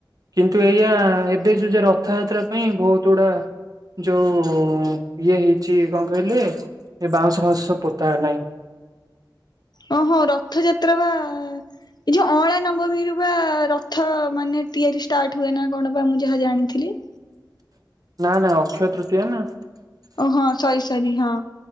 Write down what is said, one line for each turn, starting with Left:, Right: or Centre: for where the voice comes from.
Right: କିନ୍ତୁ ଏଇଆ ଏବେ ଯେ ରଥଯାତ୍ରା ପାଇଁ ବହୁତ ଗୁଡା ଯୋଉ ଇଏ ହେଇଛି କଣ କହିଲେ ଏ ବାଉଁଶ ଫାଉଁଶ ସବୁ ପୋତା ହେଲାଣି।
Left: ଓହୋ ରଥଯାତ୍ରା ବା ଏ ଯୋଉ ଅଁଳା ନବମୀରୁ ବା ର ଥ ମାନେ ତିଆରି ଷ୍ଟାର୍ଟ ହୁଏ ନା କଣ ବା ମୁଁ ଯାହା ଜାଣିଥିଲି।
Right: ନାଁ ନାଁ ଅକ୍ଷୟ ତୃତୀୟା ନା।
Left: ଓ ହଁ ସରି ସରି ହଁ